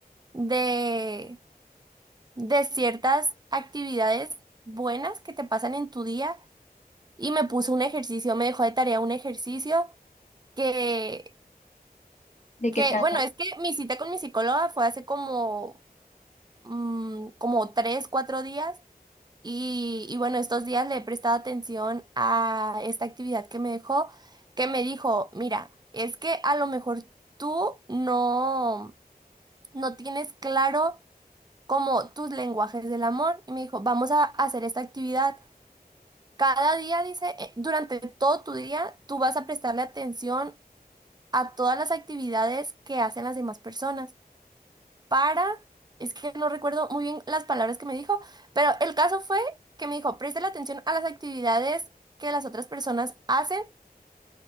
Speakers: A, on the right (about 25°); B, on the left (about 45°).
A: de, de ciertas actividades buenas que te pasan en tu día y me puso un ejercicio, me dejó de tarea un ejercicio que,
B: ¿De
A: que,
B: qué trata?
A: bueno, es que mi cita con mi psicóloga fue hace como, mm, como tres, cuatro días y, y bueno, estos días le he prestado atención a esta actividad que me dejó, que me dijo, mira, es que a lo mejor tú no, no tienes claro como tus lenguajes del amor y me dijo, vamos a hacer esta actividad. Cada día, dice, eh, durante todo tu día, tú vas a prestarle atención a todas las actividades que hacen las demás personas para, es que no recuerdo muy bien las palabras que me dijo, pero el caso fue que me dijo, preste la atención a las actividades que las otras personas hacen